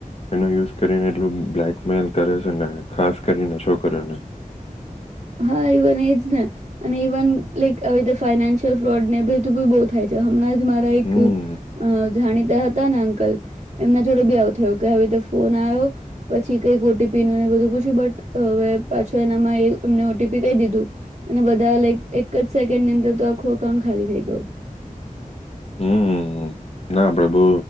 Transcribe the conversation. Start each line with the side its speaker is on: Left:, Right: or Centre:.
Left: એનો યુઝ કરીને એટલું બ્લેકમેલ કરે છે ને ખાસ કરીને છોકરીઓને
Right: હા ઇવન એજ ને અને ઇવન લાઈક હવે ફાઈનાન્શિયલ ફ્રોડ ને બી તું બી બહુ થાય છે હમણાં જ મારા એક
Left: હમ
Right: જાણી હતા ને અંકલ એમના જોડે બી આવ થયો કે હવે ફોન આવ્યો પછી કઈક ઓટી પી ન બધું પૂછ્યું બટ હવે પાછો એનામાં એ તમને ઓટીપી કહી દીધું અને બધા લાઈક એક જ સેકન્ડ ની અંદર તો આખું અકાઉન્ટ ખાલી થઈ ગયું
Left: હમ ના આપડે બહુ